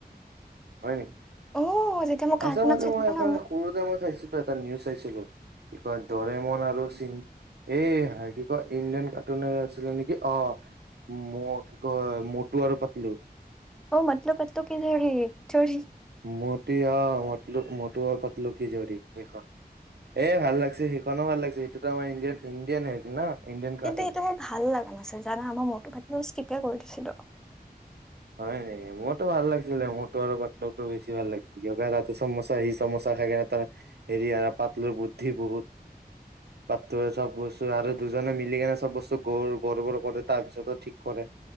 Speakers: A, on the right; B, in the centre.
A: হয় নেকি?
B: অ যেতিয়া মই
A: আছে
B: কাৰ্টুনত
A: মে
B: চাই
A: মই
B: থাকো
A: আ
B: ন মোক
A: সৰুতে মই চাইছিলো এটা নিউজ চাইছিলো কি কয় দৰিমন আৰু চি এ হাই কি কয় ইণ্ডিয়ান কাৰ্টুন আছিলে নেকি অ মই কি কয় মতো আৰু পাতলো।
B: অ মতলো পতলো কি যোৰি।
A: মতি অ মত মতো পতলো কি জউৰী সেইখন এই ভাল লাগিছে সিখনো ভাল লাগিছে সেইটোতো আমাৰ ইণ্ডিয়ান ইণ্ডিয়ান সেইটো ন। ইণ্ডিয়ান কাৰ্টুন
B: কিন্তু সেইটো মোৰ ভাল লগা নাছিল জানা মই মতো পতলো স্কিপয়ে কৰি দি ছিলো।
A: হয়, মোৰতো ভাল লাগিছিলে মতো আৰু পাতলো টো বেছি ভাল লাগিছিলে, তাতে চমুচা সি চমোচা খাই কিনে তাৰ হেৰি পাতলোৰ বুদ্ধি বহুত পাতলোয়ে চব বস্তু আৰু দুজনে মিলি কেনে চব বস্তু গ গৰ বৰ কৰে তাৰ পিছতো ঠিক কৰে।